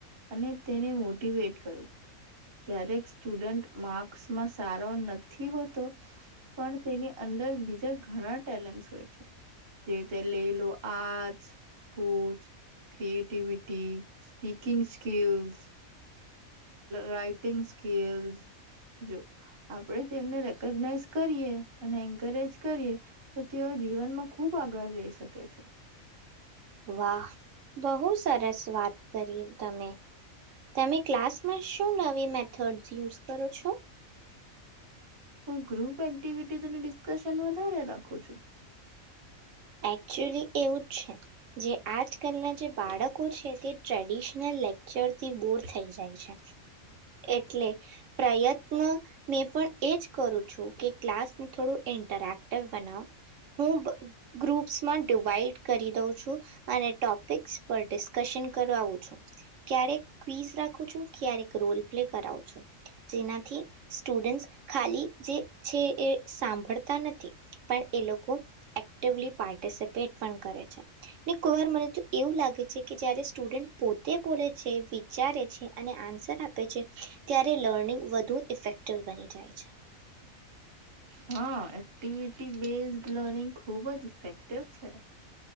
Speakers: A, on the right; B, on the right.
A: અને તેને મોટીવેટ કરું ક્યારેક સ્ટુડન્ટ માર્ક્સમાં સારો નથી હોતો પણ તેની અંદર બીજા ઘણા ટેલેન્ટ હોય છે જે તે લે લો art spot creativity speaking skills writing skills જો આપણે તેમને રેકોગનાઈઝ કરીએ અને એન્કરેજ કરીએ તો તેઓ જીવનમાં ખૂબ આગળ જઈ શકે છે
B: વાહ બહુ સરસ વાત કરી તમે તમે ક્લાસમાં શું નવી મેથડ યુઝ કરો છો
A: હું ગ્રુપ એક્ટિવિટીસ અને ડિસ્કશન વધારે રાખું છું
B: એકચુલી એવું જ છે જે આજ કલના જે બાળકો છે તે ટ્રેડિશનલ લેક્ચરથી બોર થઈ જાય છે એટલે પ્રયત્ન મેં પણ એજ કરું છું કે ક્લાસને થોડું ઇન્ટરેક્ટિવ બનાવ હું ગ્રુપ્સમાં ડિવાઈડ કરી દઉં છું અને ટોપિક્સ પર ડિસ્કશન કરાવું છું ક્યારેક ક્વીઝ રાખું છું ક્યારેક રોલ પ્લે કરાવું છું જેનાથી સ્ટુડન્ટ્સ ખાલી જે છે એ સાંભળતા નથી પણ એ લોકો એક પાર્ટિસપેટ પણ કરે છે ને કોઈ વાર મને તો એવું લાગે છે કે જારે સ્ટુડન્ટ પોતે બોલે છે વિચારે છે અને આન્સર આપે આપે છે ત્યારે લર્નિંગ વધુ ઇફેક્ટિવ બની જાય છે
A: હા એક્ટિવિટી બેઝ લર્નિંગ ખુબ જ ઇફેક્ટિવ છે